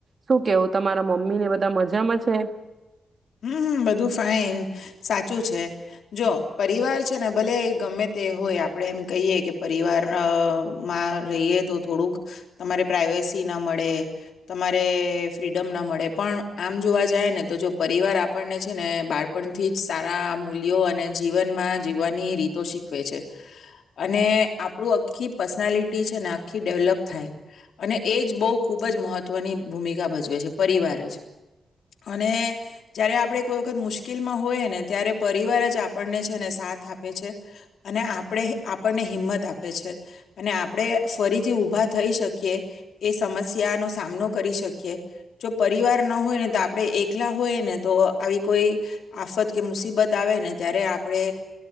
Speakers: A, on the right; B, on the left.
A: શું કેવું? તમારા મમ્મી ને બધા મજામાં છે?
B: હમ્મ હમ્મ બધું ફાઈન સાચું છે જો પરિવાર છે ને ભલે ગમે તે હોય આપણે એમ કહીએ કે પરિવાર અ માં રહીએ તો થોડુંક તમારે પ્રઇવેસી ના મળે તમારે ફ્રીડમ ના મળે પણ આમ જોવા જાય ને તો જો પરિવાર આપણને છે ને બાળપણથી જ સારા મૂલ્યો અને જીવનમાં જીવવાની રીતો શીખવે છે અને આપણું આખી પર્સનાલિટી છે ને આખી ડેવલપ થાય અને એ જ બહુ ખૂબ જ મહત્ત્વની ભૂમિકા ભજવે છે, પરિવાર જ અને જયારે આપણે કોઈ વખત મુશ્કેલમાં હોય ને ત્યારે પરિવાર જ આપણને છે ને સાથ આપે છે. અને આપણે આપણને હિંમત આપે છે અને આપણે ફરીથી ઉભા થઈ શકીએ એ સમસ્યાનો સામનો કરી શકીએ જો પરિવાર ન હોય ને તો આપણે એક લા હોય ને તો આવી કોઈ આફત કે મુસીબત આવે ને ત્યારે આપણે